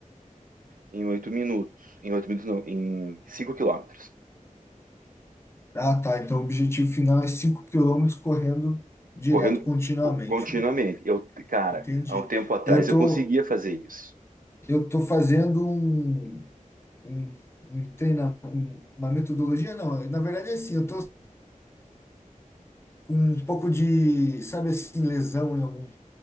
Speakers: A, on the right (about 90°); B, on the left (about 20°).
A: em oito minutos, em oito minutos não, em cinco quilômetros,
B: Ah, tá. Então o objetivo final é 5 quilômetros correndo direto,
A: correndo
B: continuamente,
A: co- continuamente.
B: né?
A: Eu, cara,
B: Entendi.
A: há um tempo atrás
B: Eu tô,
A: eu conseguia fazer isso.
B: eu tô fazendo um, um, um treinamento, uma metodologia, não. Na verdade é assim, eu tô com um pouco de, sabe assim, lesão em algum,